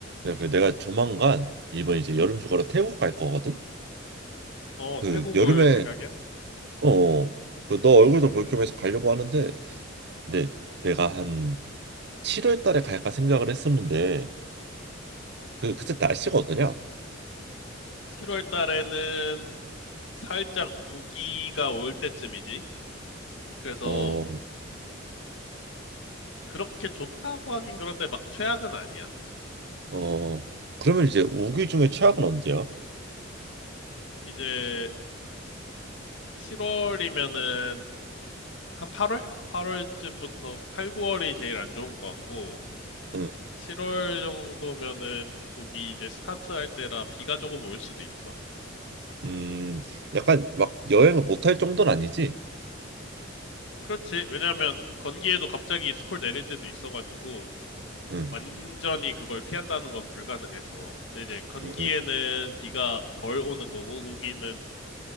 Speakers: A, on the right; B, on the left.
A: 야, 그 내가 조만간 이번 이제 여름 휴가로 태국 갈 거거든.
B: 어,
A: 그
B: 태국
A: 여름에
B: 올 생각이야?
A: 어, 그너 얼굴도 볼 겸해서 가려고 하는데, 근데 내가 한 7월 달에 갈까 생각을 했었는데, 그 그때 날씨가 어떠냐?
B: 7월 달에는 살짝 우기가 올 때쯤이지. 그래서
A: 어,
B: 그렇게 좋다고 하긴 그런데 막 최악은 아니야.
A: 어, 그러면 이제 우기 중에 최악은 언제야?
B: 이제 7월이면은 한 8월? 8월쯤부터 8, 9월이 제일 안 좋은 것 같고
A: 응,
B: 7월 정도면은 우기 이제 스타트할 때라 비가 조금 올 수도 있어.
A: 음, 약간 막 여행을 못 할 정도는 아니지?
B: 그렇지. 왜냐면 건기에도 갑자기 스콜 내릴 때도 있어가지고
A: 응,
B: 완전히 그걸 피한다는 건 불가능해서. 근데 이제 건기에는
A: 음,
B: 비가 덜 오는 거고, 우기는